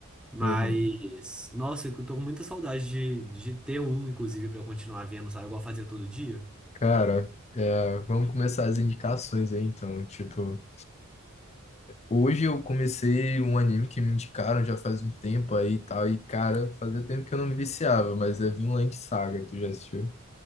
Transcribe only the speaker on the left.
aham.
Cara, é, vamos começar as indicações aí, então, tipo. Hoje eu comecei um anime que me indicaram já faz um tempo aí e tal, e cara, fazia tempo que eu não me viciava, mas é Vinland Saga, tu já assistiu?